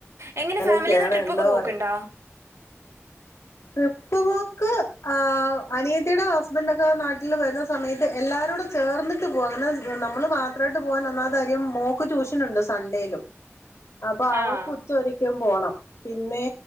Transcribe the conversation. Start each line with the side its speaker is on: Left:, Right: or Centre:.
Right: എങ്ങനെ
Left: അങ്ങനെയൊക്കെയാണ്
Right: ഫാമിലിന്ന് ട്രിപ്പൊക്കെ
Left: എന്തോ
Right: പോക്ക്ണ്ടാ?
Left: പറയാ ട്രിപ്പ് പോക്ക് ആ അനിയത്തിയുടെ ഹസ്ബൻഡ ഒക്കെ നാട്ടിൽ വരുന്ന സമയത്ത് എല്ലാരുംടെ ചേർന്നിട്ട് പോക അങ്ങനെ. നമ്മള് മാത്രായിട്ട് പോകാൻ ഒന്നാത്തെ കാര്യം മോക്ക് ട്യൂഷനൊണ്ട് സൺഡേലും. അപ്പൊ അവൾക്ക്
Right: ആഹ്
Left: ഉച്ച ഒരിക്ക്യം പോണം. പിന്നെ